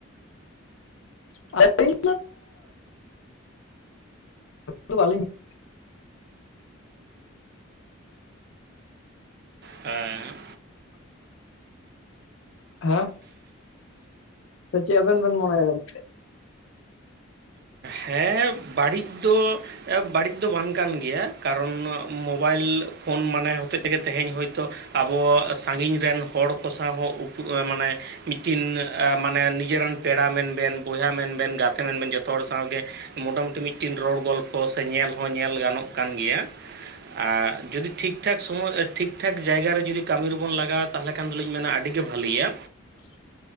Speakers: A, on the left; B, on the right.
A: <inaudible> ᱛᱚ ᱵᱟᱞᱤᱧ ᱼᱼ
B: ᱦᱮᱸ।
A: ᱦᱮᱸ, ᱥᱮ ᱪᱮᱫ ᱟᱵᱮᱱ ᱵᱮᱱ ᱢᱚᱱᱮ ᱮᱫᱟ? <inaudible>
B: ᱦᱮᱸ, ᱵᱟᱹᱲᱤᱡ ᱫᱚ ᱼᱼ ᱵᱟᱹᱲᱤᱡ ᱫᱚ ᱵᱟᱝ ᱠᱟᱱ ᱜᱮᱭᱟ। ᱠᱟᱨᱚᱱ ᱢᱳᱵᱟᱭᱤᱞ ᱯᱷᱳᱱ ᱢᱟᱱᱮ ᱦᱚᱛᱮᱡ ᱛᱮᱜᱮ ᱛᱮᱦᱮᱧ ᱦᱚᱳᱭᱛᱳ ᱼᱼ ᱟᱵᱚ ᱥᱟᱺᱜᱤᱧ ᱨᱮᱱ ᱦᱚᱲ ᱠᱚ ᱥᱟᱶ ᱦᱚᱸ <unintelligible> ᱢᱟᱱᱮ ᱼᱼ ᱢᱤᱫᱴᱤᱱ ᱢᱟᱱᱮ ᱱᱤᱡᱮᱱ ᱯᱮᱲᱟ ᱢᱮᱱᱵᱮᱱ, ᱵᱚᱭᱦᱟ ᱢᱮᱱᱵᱮᱱ, ᱜᱟᱛᱮ ᱢᱮᱱ ᱵᱮᱱ ᱡᱚᱛ ᱼᱼ ᱡᱚᱛᱚ ᱦᱚᱲ ᱥᱟᱶᱜᱮ ᱢᱳᱴᱟᱢᱩᱴᱤ ᱢᱤᱫᱴᱤᱱ ᱨᱚᱲ ᱜᱚᱞᱯᱷᱚ ᱥᱮ ᱧᱮᱞ ᱦᱚᱸ ᱧᱮᱞ ᱜᱟᱱᱚᱜ ᱠᱟᱱ ᱜᱮᱭᱟ। ᱟᱨ ᱡᱩᱫᱤ ᱴᱷᱤᱠᱼ ᱴᱷᱟᱠ ᱥᱚᱢᱚᱭ ᱴᱷᱤᱠᱼ ᱴᱷᱟᱠ ᱡᱟᱭᱜᱟ ᱨᱮ ᱡᱩᱫᱤ ᱠᱟᱹᱢᱤ ᱨᱮᱵᱚᱱ ᱞᱟᱜᱟᱣᱟ, ᱛᱟᱦᱟᱞᱮ ᱠᱷᱟᱱ ᱫᱚᱞᱤᱧ ᱢᱮᱱᱟ ᱟᱹᱰᱤ ᱜᱮ ᱵᱷᱟᱹᱞᱤᱭᱟ।
A: <inaudible>